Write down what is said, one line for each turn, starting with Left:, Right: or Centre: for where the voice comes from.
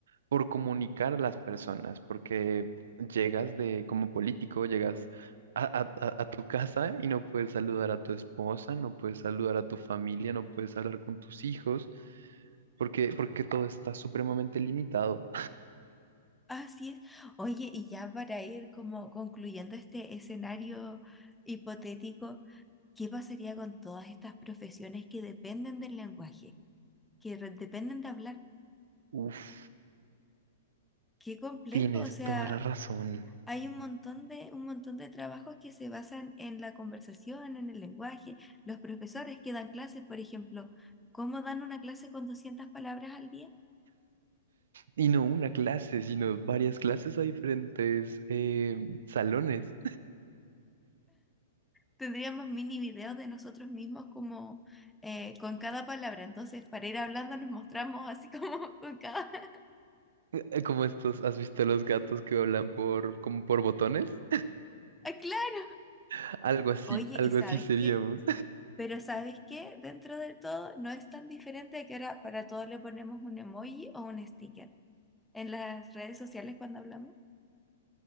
Right: por comunicar a las personas, porque llegas de como político, llegas a, a- a- a tu casa y no puedes saludar a tu esposa, no puedes saludar a tu familia, no puedes hablar con tus hijos, porque, porque todo está supremamente limitado.
Centre: Así es. Oye, y ya para ir como concluyendo este escenario hipotético. ¿Qué pasaría con todas estas profesiones que dependen del lenguaje, que re- dependen de hablar?
Right: Uf,
Centre: Qué complejo,
Right: tienes
Centre: o sea,
Right: toda la razón.
Centre: hay un montón de, un montón de trabajos que se basan en la conversación, en el lenguaje. Los profesores que dan clases, por ejemplo, ¿cómo dan una clase con 200 palabras al día?
Right: Y no una clase, sino varias clases a diferentes eh, salones.
Centre: Tendríamos mini videos de nosotros mismos como eh, con cada palabra. Entonces, para ir hablando nos mostramos así como <laughs> con cada... <laughs>
Right: <laughs> Como estos, ¿has visto los gatos que hablan por, como por botones?
Centre: ¡Ah, claro!
Right: <laughs> Algo así,
Centre: Oye,
Right: algo
Centre: ¿y sabes
Right: así seríamos.
Centre: qué? Pero ¿sabes qué? Dentro de todo no es tan diferente a que ahora para todo le ponemos un emoji o un sticker. En las redes sociales cuando hablamos.